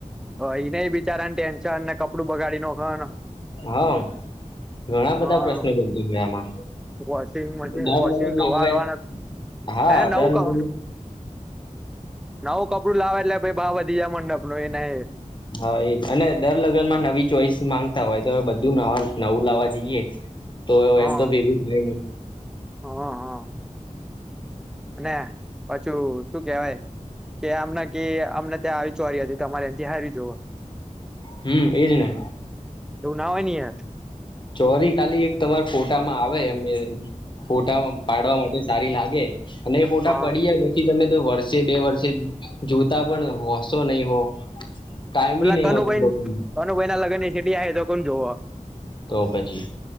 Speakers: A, in the centre; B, on the left.
A: હ એને બિચારાને ટેન્શનને કપડું બગાડી નખો ને
B: હા ઘણા
A: હા
B: બધા પ્રશ્નો બન થય ગયા આમાં
A: વોશિંગ મશીન
B: દર
A: વોશિંગ
B: લગ્નમાં
A: ધોવા
B: હવે
A: આલવાનો
B: હા
A: હે નવું
B: દર લગ્ન
A: ક નવું કપડું લાવે એટલે પહી ભાવ વધી જાય મંડપ નો એને એ
B: હા એ જ અને દર લગનમાં નવી ચોઈસ માંગતા હોય તો બધું નવ નવું લાવવા જઈએ. તો
A: હા
B: એમ તો ભેગું થાય નહી.
A: હા હા. અને પાછું શું કેવાય કે આમના કે અમને ત્યાં આવી ચોરી હતી તમારે એનથી હારી જોવો.
B: હમ એજ ને.
A: એવું ના હોયની યાર.
B: ચોરી ખાલી એક તમારા ફોટામાં આવે એમ એ ફોટા પાડવા માટે સારી લાગે અને એ ફોટા
A: હ હ
B: પડીએ પછી તમે તો વર્ષે બે વર્ષે જોતા પણ હોશો નહી હો. ટાઈમ બી
A: એટલા
B: નહી
A: કનુભાઈ
B: હોતું લોકોને
A: કનુભાઈના લગ્નની સીડી આવે તો કોમ જોવો.
B: તો પછી